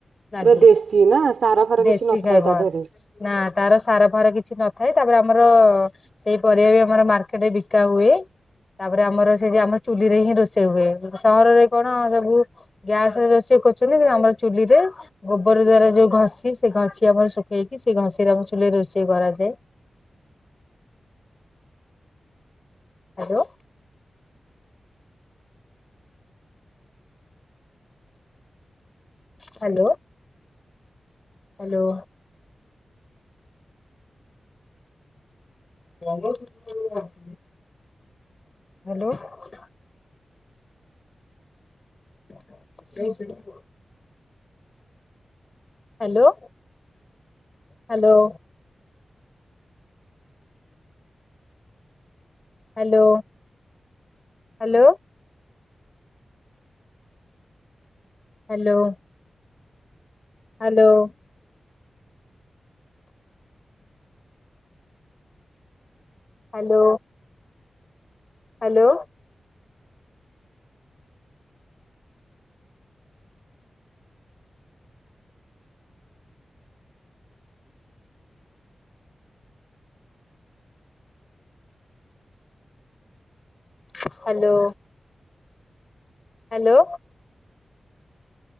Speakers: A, on the left; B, on the right.
A: ଲାଗେ
B: ପୁରା ଦେଶୀ ନା ସାର ଫାର କିଛି
A: ଦେଶୀ
B: ନଥାଏ
A: ଖାଇବା
B: ତା ଦେହରେ।
A: ନା ତାର ସାର ଫାର କିଛି ନଥାଏ ତାପରେ ଆମର ସେଇ ପରିବା ବି ଆମର ମାର୍କେଟରେ ବିକା ହୁଏ। ତାପରେ ଆମର ସେ ଯେ ଆମର ଚୁଲି ରେ ହିଁ ରୋଷେଇ ହୁଏ ସହରରେ କଣ ସବୁ ଗ୍ୟାସ ରେ ରୋଷେଇ କରୁଛନ୍ତି କିନ୍ତୁ ଆମର ଚୁଲିରେ ଗୋବର ଦ୍ଵାରା ଯୋଉ ଘଷି ସେ ଘଷି ଆମର ଶୁଖେଇକି ସେ ଘଷିରେ ଆମ ଚୁଲରେ ରୋଷେଇ କରାଯାଏ। Hello. Hello. Hello. <unintelligible> ହ୍ୟାଲୋ। <unintelligible> Hello. Hello. Hello Hello. hello. Hello. Hello Hello. hello. Hello.